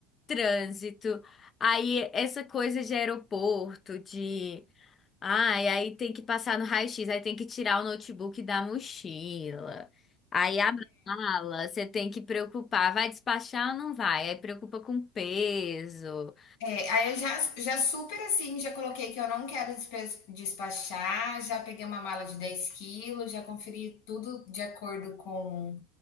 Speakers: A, on the left; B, on the left.
A: trânsito, aí essa coisa de aeroporto, de ah, e aí tem que passar no raio-x, aí tem que tirar o notebook da mochila. Aí a mala, você tem que preocupar, vai despachar ou não vai? Aí preocupa com peso.
B: É, Aí eu já, já super assim, já coloquei que eu não quero despe- despachar, já peguei uma mala de 10 quilos, já conferi tudo de acordo com